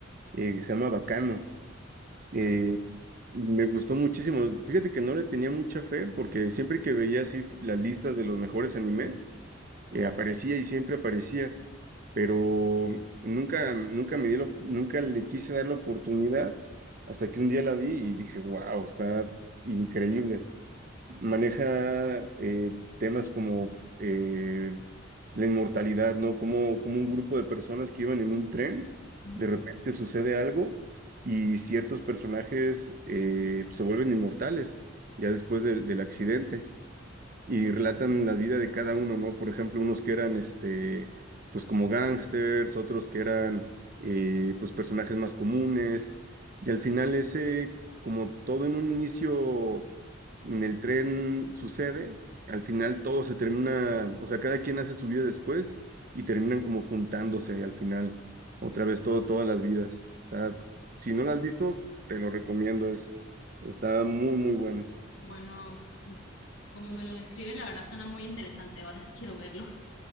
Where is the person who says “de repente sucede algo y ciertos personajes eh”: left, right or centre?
Right